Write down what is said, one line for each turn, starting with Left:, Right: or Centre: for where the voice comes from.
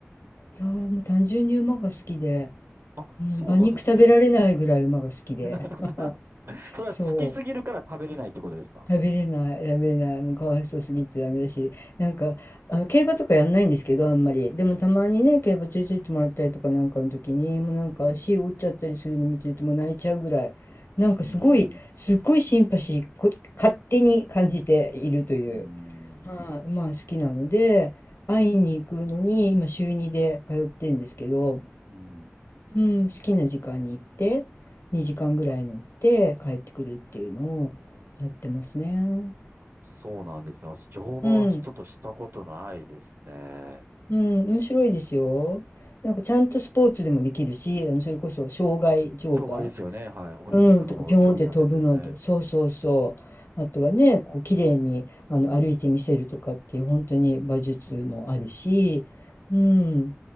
Left: いやーもう単純に馬が好きで、
Right: あ、
Left: うん、
Right: そうなんですね。
Left: 馬肉食べられないぐらい馬が好きで
Right: <laughs>
Left: <laughs>。
Right: それは好きすぎるから食べれないってことですか
Left: そう。食べれない、食べれない、もうかわいそうすぎてダメだし、なんか、あの、競馬とかやんないんですけど、あんまり。
Right: うん、
Left: でもたまにね、競馬連れてってもらったりとかなんかの時に、もうなんか足折っちゃったりするの見てるともう泣いちゃうぐらい、
Right: うん、
Left: なんかすごい、
Right: うん、
Left: すっごいシンパシー、こ、勝手に感じているという、
Right: うん、
Left: はい、まあ好きなので、会いに行くのに、今週2で通ってんですけど、
Right: うん。
Left: うん、好きな時間に行って、2時間ぐらい乗って帰ってくるっていうのをやってますね。
Right: そうなんですね。私、乗馬はちょっとしたことないですね。
Left: うん、うん、面白いですよ。なんかちゃんとスポーツでもできるし、あのそれこそ障害乗馬、
Right: 障害ですよね。はい。オリンピックの競技になったやつですね。
Left: うん、とかピョーンって飛ぶのと、そうそうそう。あとはね、こう綺麗にあの歩いてみせるとかっていう本当に馬術もあるし、
Right: うん。
Left: うん、